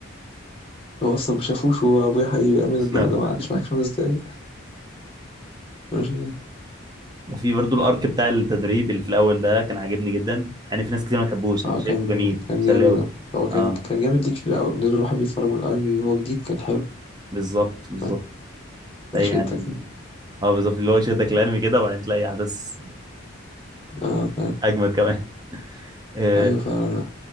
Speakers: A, on the left; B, on the right.
A: <laughs> هو اصلا ما شافوش وابويا حبيبي امين
B: <laughs>
A: ده ده ما قعدش معاك خمس دقايق <laughs> مش-
B: وفي برضو الارك بتاع التدريب اللي في الاول ده كان عاجبني جدا يعني في ناس كتير ما بتحبوش انا
A: اه
B: كنت
A: كان
B: شايفه جميل
A: كان
B: مسلي
A: جامد
B: قوي
A: ده هو كان
B: اه
A: كان جامد ليك في الاول بالنسبه لواحد بيتفرج من الاول من هو جديد كان حلو
B: بالظبط بالظبط
A: فاهم
B: تلاقي
A: يشدك
B: يعني
A: يعني.
B: اه بالظبط اللي هو يشدك الانمي كده وبعدين تلاقي احداث
A: اه فعلا
B: اجمد كمان <laughs> آه،
A: ايوه فعلا